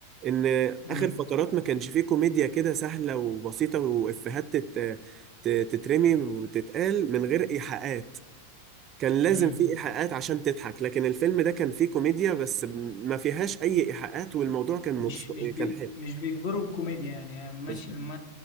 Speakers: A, on the right (about 30°); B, on the left (about 50°).
A: ان
B: مم.
A: اخر فترات ما كانش فيه كوميديا كده سهله وبسيطه وافيهات تت- ت- تترمي وتتقال من غير ايحاءات كان لازم
B: مم.
A: في إيحاءات عشان تضحك لكن الفيلم ده كان فيه كوميديا بس م- ما فيهاش أي إيحاءات والموضوع كان مبس...
B: مش مش بي
A: كان حلو
B: مش بيجبروا الكوميديا يعني يعني ماشي
A: بالظبط
B: الم...